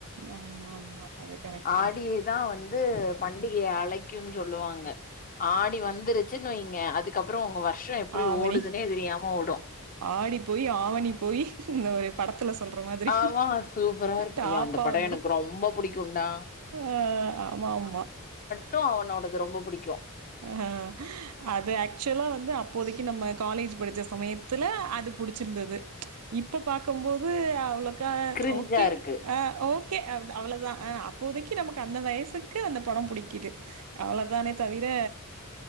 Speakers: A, on the right; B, on the left.
A: ஆமா ஆமா அது கரெக்ட்
B: ஆடியி தா வந்து பண்டிகைய அழைக்குன் சொல்லுவாங்க ஆடி வந்துருச்சுன்னு வைங்க அதுக் கப்புற உங்க வர்ஷ எப்டி
A: ஆவணி
B: ஓடுதுன்னே தெரியாம ஓடு
A: ஆடி போய் ஆவணி போய் இந்த ஒரு படத்துல சொல்ற மாதிரி
B: ஆமா சூப்பரா இருக்கு
A: டாப்பா
B: ஐயோ அந்த படோ
A: வந்துரு
B: எனக்கு ரொம்ப புடிக்கும்டா
A: ஆ ஆமா ஆமா
B: டோ அவனோடது ரொம்ப பிடிக்கு
A: ஆ அது ஆக்சுவலா வந்து அப்போதைக்கு நம்ம காலேஜ் படிச்ச சமயத்துல அது புடிச்சிருந்துது இப்ப பாக்கும்போது அவ்ளக்க
B: கிரிஞ்சா
A: ஓகே
B: இருக்கு
A: ஆ ஓ கே அவ்ளவுதா அப்போதைக்கு நமக்கு அந்த வயசுக்கு அந்த படம் புடிக்குது அவ்ளவுதானே தவி ர